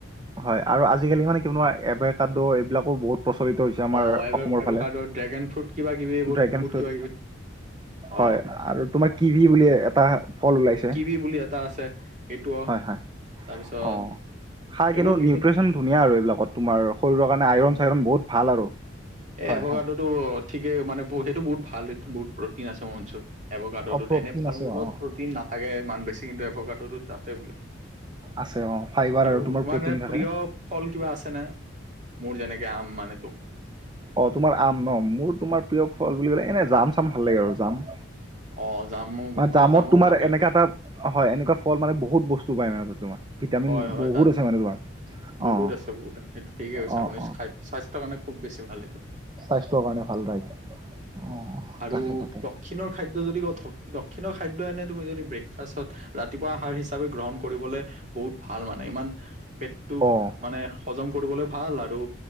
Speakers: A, on the right (about 20°); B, on the right (about 40°).
A: হয় আৰু আজিকালি মানে কিয় এবেকাডো এইবিলাকো বহুত প্ৰচলিত হৈছে আমাৰ
B: অ এব
A: অসমৰ
B: এভকাডো
A: ফালে
B: ড্ৰেগন ফ্ৰুট কিবা কিবি এইবোৰ
A: ড্ৰেগন
B: বহুত
A: ফ্ৰুট
B: কিবা কিবি। অ
A: হয় আৰু তোমাৰ কিবি বুলি এটা ফল ওলাইছে।
B: কি‌ বুলি এটা আছে। সেইটো
A: হয় হয়
B: তাৰপিছত।
A: অঁ। খাই
B: এইবোৰ
A: কিন্তু
B: বিভিন্ন
A: নিউট্ৰিচন ধুনীয়া আৰু এইবিলাকত তোমাৰ শৰীৰৰ কাৰণে আইৰণ চাইৰণ বহুত ভাল আৰু।
B: এ
A: হয়
B: এভগাডতো
A: হয়।
B: ঠিকে মানে সেইটো বহুত ভাল সেই বহুত প্ৰট্ৰিন আছে মোৰ মঞ্চ। এভকাডৰটোত
A: অঁ প্ৰটিন
B: এনে ফল
A: আছে
B: মূলত
A: অঁ
B: প্ৰট্ৰিন নাথাকে ইমান বেছি কিন্তু এভৰটোত আছে বোলে।
A: আছে অঁ ফাইবাৰ
B: আৰু তোমাৰ
A: প্ৰটিন
B: এনে
A: থাকে।
B: প্ৰিয় ফল কিবা আছে নে। মোৰ যেনেকে আম মানে তো।
A: অহ তোমাৰ আম ন মোৰ তোমাৰ প্ৰিয় ফল বুলি ক'লে এনে জাম চাম ভাল লাগে আৰু জাম
B: অ জামো
A: মই জামুত
B: অ জামো
A: তোমাৰ
B: ভালে
A: এনেকা এটা হয় এনেকুৱা ফল মানে বহুত বস্তু পায় মানে তোমাৰ। ভিটামিন
B: হয় হয়
A: বহুত
B: তাত
A: আছে মানে তোমাৰ।
B: বহুত
A: অঁ
B: আছে বহুত আছে সেইটো ঠিকে
A: অ',
B: কৈছে আপুনি
A: অ',
B: খাদ্য। স্বাস্থ্যৰ কাৰণে খুব বেছি ভাল এইটো।
A: স্বাস্থ্যৰ কাৰণে ভাল ৰাইট অ',
B: আৰু
A: তাকে তাকে
B: দক্ষিণৰ খাদ্য যদি কওঁ থ। দক্ষিণ খাদ্যয় এনে তুমি যদি ব্ৰেকফাষ্টত ৰাতিপুৱা আহাৰ হিচাপে গ্ৰহণ কৰিবলে। ভাল মানে ইমান পেটটো
A: অ',
B: মানে। হজম কৰিবলৈ ভাল আৰু